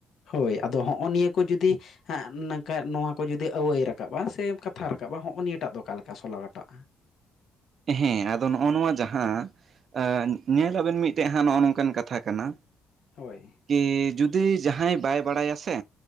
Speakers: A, on the left; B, on the right.
A: ᱦᱳᱭ ᱟᱫᱚ ᱦᱚᱜᱼᱚ ᱱᱤᱭᱟᱹ ᱠᱚ ᱡᱩᱫᱤ ᱦᱮᱸ ᱱᱚᱝᱠᱟ ᱱᱚᱣᱟ ᱠᱚ ᱡᱩᱫᱤ ᱟᱹᱣᱟᱹᱭ ᱨᱟᱠᱟᱵᱼᱟ ᱥᱮ ᱠᱟᱛᱷᱟ ᱨᱟᱠᱟᱵᱼᱟ ᱦᱚᱜᱼᱚ ᱱᱤᱭᱟᱹᱴᱟᱜ ᱫᱚ ᱚᱠᱟ ᱥᱚᱞᱚ ᱜᱟᱴᱟᱜᱼᱟ?
B: ᱦᱮᱸ ᱟᱫᱚ ᱱᱚᱜᱼᱚ ᱱᱚᱣᱟ ᱡᱟᱦᱟᱸ ᱟ ᱧᱮᱞ ᱟᱵᱮᱱ ᱢᱤᱜᱴᱮᱡ ᱦᱟᱸᱜ ᱱᱚᱜᱼᱚ ᱱᱚᱝᱠᱟᱱ ᱠᱟᱛᱷᱟ ᱠᱟᱱᱟ᱾
A: ᱦᱳᱭ᱾
B: ᱠᱤ ᱡᱩᱫᱤ ᱡᱟᱦᱟᱸᱭ ᱵᱟᱭ ᱵᱟᱲᱟᱭᱟ ᱥᱮ᱾